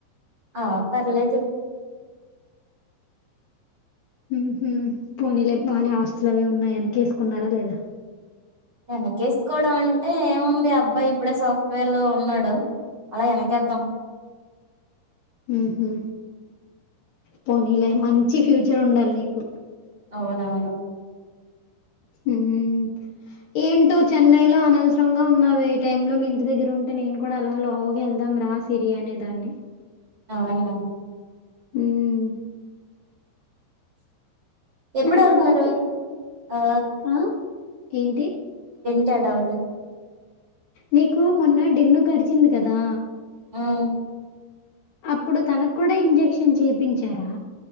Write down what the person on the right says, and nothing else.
ఆ.... పర్లేదు
వెనకేసుకోవడం అంటే ఏముంది అబ్బాయి ఇప్పుడే సాఫ్ట్వేర్లో ఉన్నాడు అలా వెనకేద్దాం
అవునవును
అవునా
ఎప్పుడు
వెళ్తున్నారు
ఆ..
టా డౌట్
మ్..